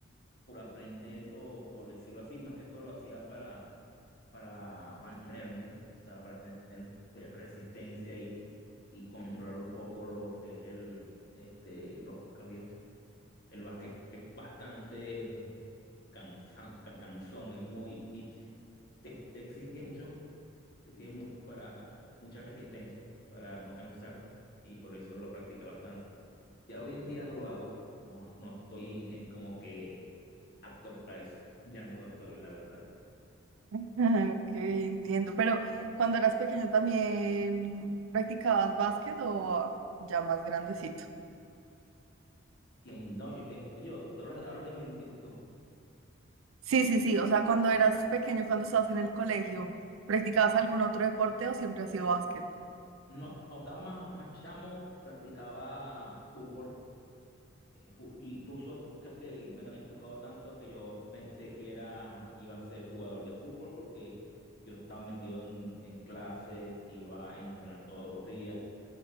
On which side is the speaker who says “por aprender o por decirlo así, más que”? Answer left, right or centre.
Left